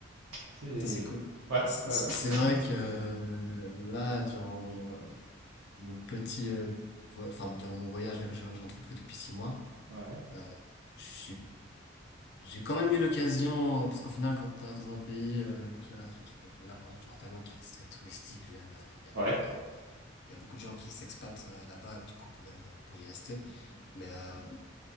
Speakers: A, on the right (about 80°); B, on the left (about 55°).
A: C'est
B: Ça, c'est cool.
A: ouais,
B: C'est
A: ouais,
B: c'est-
A: ouais,
B: c'est
A: c'est
B: vrai
A: cool.
B: que euh, là, durant euh, mon petit, euh, vo- enfin, durant mon voyage là, que j'ai j'ai entrepris depuis six mois,
A: Ouais,
B: euh, j'ai j'ai quand même eu l'occasion, euh, parce qu'au final, quand tu arrives dans un pays euh, qui reste, là, par exemple, je suis en Thaïlande, qui reste très touristique, même, euh, il y a
A: ouais,
B: beaucoup de, il y a beaucoup de gens qui s'expatent euh, là-bas, du coup, même euh, pour y rester. Mais euh,